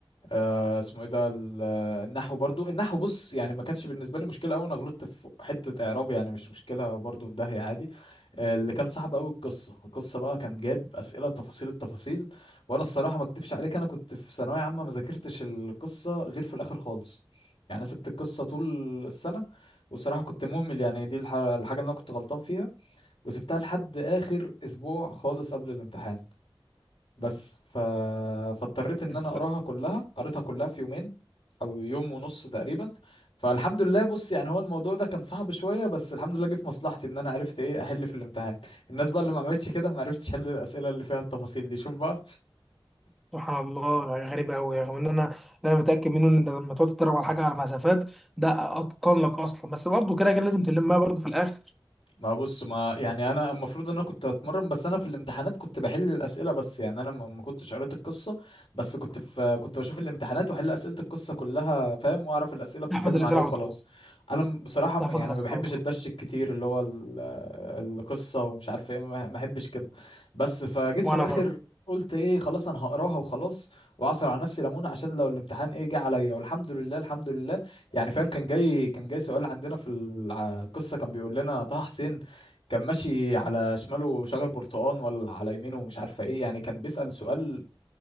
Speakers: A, on the left (about 65°); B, in the centre.
A: آه اسمه ايه ده ال- آه، النحو برضو النحو بص يعني ما كانش بالنسبه لي مشكله قوي انا غلطت في حته اعراب يعني مش مشكله برضو في داهيه عادي آه اللي كان صعب قوي القصه القصه بقى كان جايب اسئله تفاصيل التفاصيل وانا الصراحه ما اكدبش عليك انا كنت في ثانويه عامه ما ذاكرتش القصه غير في الاخر خالص يعني انا سبت القصه طول السنه والصراحه كنت مهمل يعني دي الح- الحاجه اللي انا كنت غلطان فيها وسبتها لحد اخر اسبوع خالص قبل الامتحان بس ف... فاضطريت ان
B: بس
A: انا اقراها كلها قريتها كلها في يومين او يوم ونص تقريبا فالحمد لله بص يعني هو الموضوع ده كان صعب شويه بس الحمد لله جه في مصلحتي ان انا عرفت ايه احل في الامتحان الناس بقى اللي ما عملتش كده ما عرفتش احل الاسئله اللي فيها التفاصيل دي شوف بقى
B: سبحان الله يعني غريبه قوي رغم ان انا انا متاكد منه ان لما تقعد تتدرب على حاجه على مسافات ده اتقن لك اصلا بس برضه كده كده لازم تلمها برضه في الاخر
A: ما بص ما يعني انا المفروض ان انا كنت اتمرن بس انا في الامتحانات كنت بحل الاسئله بس يعني انا ما ما كنتش قريت القصه بس كنت في كنت بشوف الامتحانات واحل اسئله القصه كلها فاهم واعرف الاسئله بتتكلم
B: تحفظ الاسئله
A: عن ايه وخلاص
B: على طول
A: انا م- بصراحه ما-
B: تحفظ
A: يعني
B: الاسئله
A: ما بحبش
B: على طول
A: الدش الكتير اللي هو ال- القصه ومش عارف ايه ما ما بحبش كده بس فجيت
B: وانا
A: في الاخر
B: برضه
A: قلت ايه خلاص انا هقراها وخلاص واعصر على نفسي ليمونه عشان لو الامتحان ايه جه عليا والحمد لله الحمد لله يعني فاهم كان جاي كان جاي سؤال عندنا في القصة كان بيقول لنا طه حسين كان ماشي على شماله شجر برتقان ولا على يمينه مش عارفة ايه يعني كان بيسأل سؤال